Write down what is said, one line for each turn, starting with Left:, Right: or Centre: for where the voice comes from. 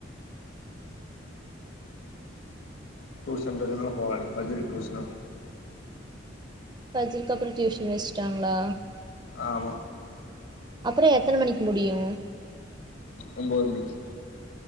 Left: புதுசுன்றதால போல <unintelligible>
Right: <unintelligible> இதுக்கப்றோ டியூஷன் வெச்சுட்டாங்ளா
Left: ஆமா
Right: அப்றோ எத்தன மணிக்கு முடியு
Left: ஒம்போது மணிக்கு